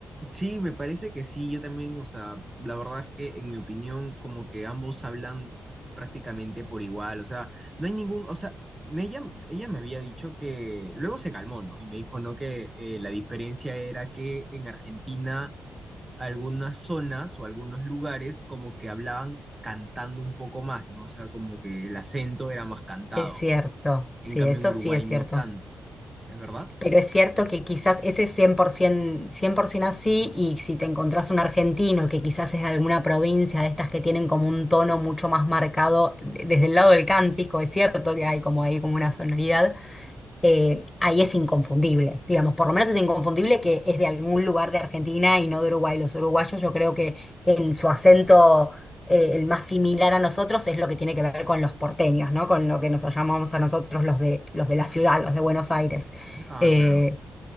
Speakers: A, on the right (about 20°); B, on the left (about 30°).
A: Sí, me parece que sí, yo también, o sea, la verdad es que en mi opinión como que ambos hablan prácticamente por igual, o sea, no hay ningún, o sea, me- ella, ella me había dicho que luego se calmó, ¿no? Y me dijo, ¿no? Que eh, la diferencia era que en Argentina algunas zonas o algunos lugares como que hablaban cantando un poco más, ¿no? O sea, como que el acento era más cantado,
B: Es cierto, sí,
A: en cambio
B: eso
A: en Uruguay
B: sí es
A: no
B: cierto.
A: tanto, ¿es verdad?
B: Pero es cierto que quizás ese es cien por 100% así y si te encontrás un argentino que quizás es de alguna provincia de estas que tienen como un tono mucho más marcado de- desde el lado del cántico, es cierto que hay como ahí como una sonoridad, eh, ahí es inconfundible, digamos, por lo menos es inconfundible que es de algún lugar de Argentina y no de Uruguay. Los uruguayos yo creo que en su acento eh, el más similar a nosotros es lo que tiene que ver con los porteños, ¿no? Con lo que nos llamamos a nosotros los de, los de la ciudad, los de Buenos Aires.
A: Ah,
B: Eh,
A: claro,